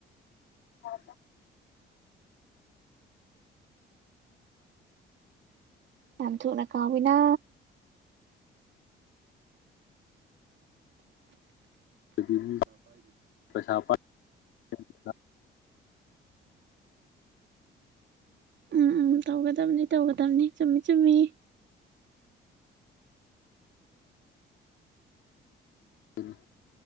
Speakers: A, on the left; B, on the right.
A: ꯍ ꯍ
B: ꯌꯥꯝ ꯊꯅꯀꯃꯤꯅꯥ
A: ꯑꯗꯨꯒꯤ ꯄꯩꯁꯥ ꯄꯥꯏ ꯊ
B: ꯎꯝ ꯎꯝ ꯇꯧꯒꯗꯝꯕꯅꯤ ꯇꯧꯒꯗꯕꯅꯤ ꯆꯨꯝꯃꯤ ꯆꯨꯝꯃꯤ
A: ꯎꯝ